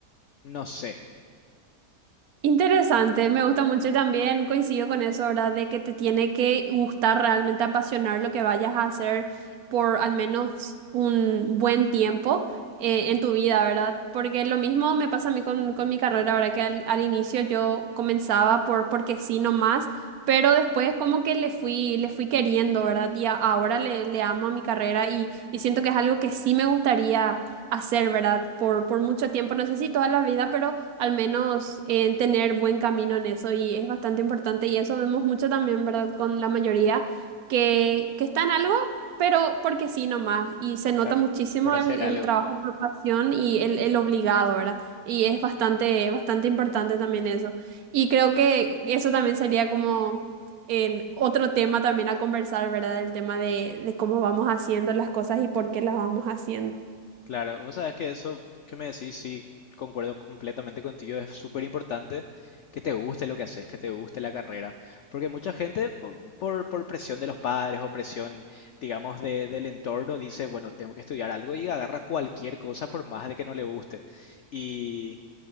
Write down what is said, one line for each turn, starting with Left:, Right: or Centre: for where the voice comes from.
Left: no sé,
Right: Interesante, me gusta mucho y también coincido con eso, ¿verdad? De que te tiene que gustar realmente apasionar lo que vayas a hacer por al menos un buen tiempo eh, en tu vida, ¿verdad? Porque lo mismo me pasa a mí con, con mi carrera, ¿verdad? Que al, al inicio yo comenzaba por porque sí nomás, pero después como que le fui, le fui queriendo, ¿verdad? Y a- ahora le, le amo a mi carrera y, y siento que es algo que sí me gustaría hacer, ¿verdad? Por, por mucho tiempo, no sé si toda la vida, pero al menos en tener buen camino en eso y es bastante importante y eso vemos mucho también, ¿verdad? Con la mayoría que, que está en algo, pero porque sí nomás y se nota
Left: claro,
Right: muchísimo
Left: por hacer
Right: el, el
Left: algo.
Right: trabajo por pasión y el, el obligado, ¿verdad? Y es bastante, bastante importante también eso. Y creo que eso también sería como en otro tema también a conversar, ¿verdad? El tema de, de cómo vamos haciendo las cosas y por qué las vamos haciendo.
Left: Claro, vos sabés que eso que me decís, sí, concuerdo completamente contigo, es súper importante que te guste lo que haces, que te guste la carrera, porque mucha gente po- por, por presión de los padres o presión, digamos, de- del entorno dice, bueno, tengo que estudiar algo y agarra cualquier cosa por más de que no le guste. Y,